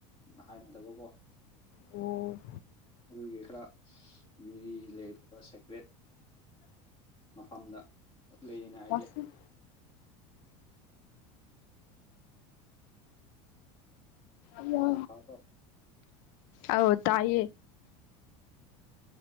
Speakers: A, on the left; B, on the left.
A: ꯍꯥꯏꯅꯗꯕꯀꯣ
B: ꯑꯣ
A: ꯑꯗꯨꯒꯤ ꯈ꯭ꯔ ꯃꯤ ꯂꯩꯇꯕ ꯁꯦꯀ꯭ꯔꯦꯠ ꯃꯐꯝꯗ ꯀꯞ ꯂꯩꯌꯦꯅꯦ ꯑꯥꯏꯗꯦ
B: ꯋꯥꯁꯔꯨꯝ ꯏꯌꯣ
A: ꯇꯥꯕ꯭ꯔꯣ
B: ꯑꯧ ꯇꯥꯏꯌꯦ